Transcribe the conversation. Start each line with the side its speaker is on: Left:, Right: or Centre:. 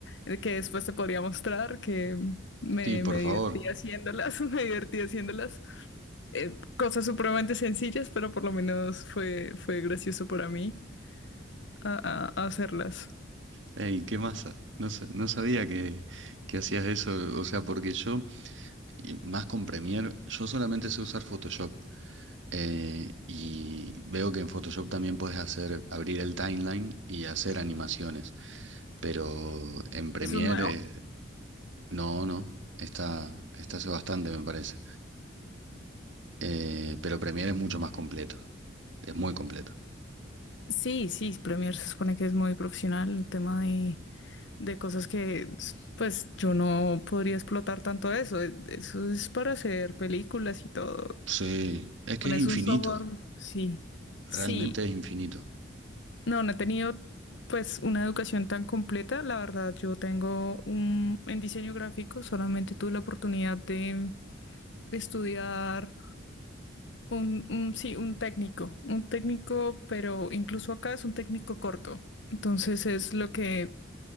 Left: eh, que después te podría mostrar que me,
Right: Sí, por
Left: me divertí
Right: favor,
Left: haciéndolas, <laughs> me divertí haciéndolas. Eh, cosas supremamente sencillas, pero por lo menos fue, fue gracioso para mí a- a- hacerlas.
Right: Ey, qué masa. No, sa- no sabía que, que hacías eso. O sea, porque yo, y más con Premiere, yo solamente sé usar Photoshop. eh, y veo que en Photoshop también puedes hacer, abrir el timeline y hacer animaciones. Pero en Premiere,
Left: ¿Eso es nuevo?
Right: eh, no, no. Está, está hace bastante, me parece. Eh, pero Premiere es mucho más completo. Es muy completo.
Left: Sí, sí, Premiere se supone que es muy profesional en tema de, de cosas que, pues, yo no podría explotar tanto eso. E- Eso es para hacer películas y todo.
Right: Sí, es que
Left: Pones
Right: es infinito.
Left: un software, sí. Sí.
Right: Realmente es infinito.
Left: No, no he tenido, pues, una educación tan completa. La verdad, yo tengo un, en diseño gráfico, solamente tuve la oportunidad de estudiar. Un, un, sí, un técnico, un técnico, pero incluso acá es un técnico corto. Entonces es lo que